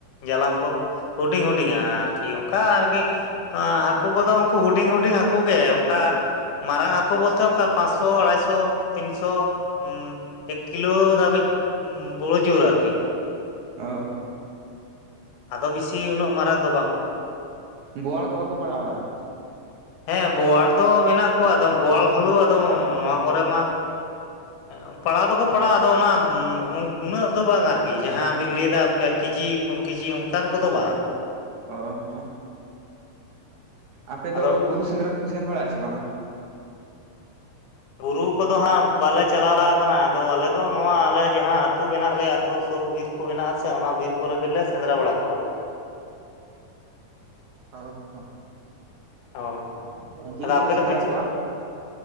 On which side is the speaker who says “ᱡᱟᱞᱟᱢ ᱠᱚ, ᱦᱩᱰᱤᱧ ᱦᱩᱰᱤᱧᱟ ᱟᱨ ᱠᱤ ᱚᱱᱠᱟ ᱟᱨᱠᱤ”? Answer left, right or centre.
Left